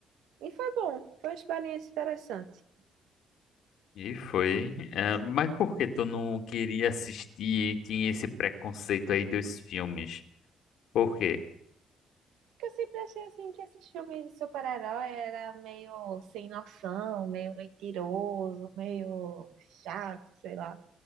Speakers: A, on the right; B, on the left.
A: E foi bom, foi uma experiência interessante.
B: E foi. É, mas por que tu não queria assistir e tinha esse preconceito aí dos filmes? Por quê?
A: Porque eu sempre achei assim que esses filmes de super-herói era meio sem noção, meio mentiroso, meio chato, sei lá.